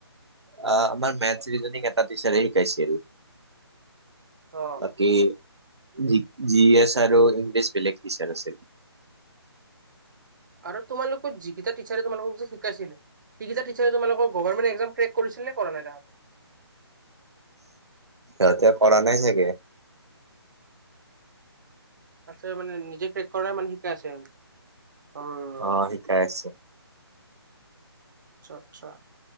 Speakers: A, on the right; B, on the right.
A: আ, আমাৰ মেথছ, ৰিজনিং এটা টিচাৰে শিকাইছিল।
B: অ'।
A: বাকী জি-জি এছ আৰু ইংলিছ বেলেগ টিচাৰ আছিল।
B: আৰু তোমালোকৰ যিকেইটা টিচাৰে তোমালোকক যে শিকাইছিল। সিকেইটা টিচাৰে তোমালোকক গভাৰমেণ্ট একজাম ক্ৰেক কৰিছিল নে কৰা নাই তাহাত?
A: সিহঁতে কৰা নাই চাগে।
B: আছে মানে নিজে ক্ৰেক কৰাই মানে শিকাই আছে আৰু। উম
A: অ' শিকাই আছে।
B: আচ্ছা আচ্ছা,